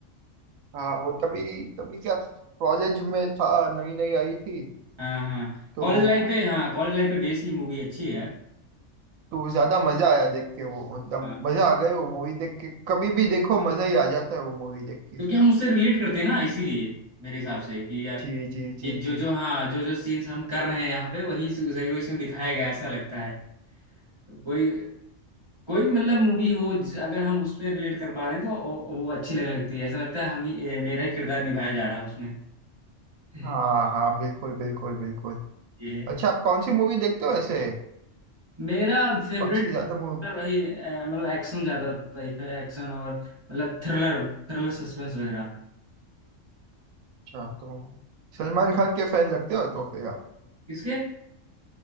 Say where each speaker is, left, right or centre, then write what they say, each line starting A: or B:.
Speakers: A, on the right (about 85°); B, on the right (about 25°).
A: हाँ वो तभी तभी क्या कॉलेज में था नई नई आई थी
B: हाँ हाँ
A: तो
B: कॉलेज लाइफ पे हाँ कॉलेज लाइफ पे बेस ही मूवी अच्छी है यार
A: तो ज्यादा मजा आया देख के वो एकदम
B: हाँ।
A: मजा आ गई वो मूवी देख के कभी भी देखो मजा ही आ जाता है वो मूवी देख के
B: क्योंकि हम उससे रिलेट करते हैं ना इसीलिए मेरे हिसाब से कि यार
A: जी जी जी
B: ये जो
A: जी
B: जो हाँ जो जो सीन्स हम कर रहे हैं यहाँ पे वही सही वो इसमें दिखाया गया है, ऐसा लगता है कोई कोई भी मतलब मूवी हो ज-
A: जी
B: अगर हम उसमें रिलेट कर पा रहे हैं तो वो वो अच्छी लगने लगती है ऐसा लगता है हम ही ए, मेरा ही किरदार निभाया जा रहा है उसमें <laughs>
A: हाँ हाँ बिल्कुल बिल्कुल बिल्कुल
B: ये है।
A: अच्छा आप कौन सी मूवी देखते हो ऐसे
B: मेरा फेवरेट
A: कौन सी ज्यादा मूवी
B: वही ए, मतलब एक्शन ज्यादा टाइप है एक्शन और मतलब थ्रिलर थ्रिलर सस्पेंस वगैरह
A: अच्छा तो सलमान खान के फैन लगते हो तो फिर आप
B: किसके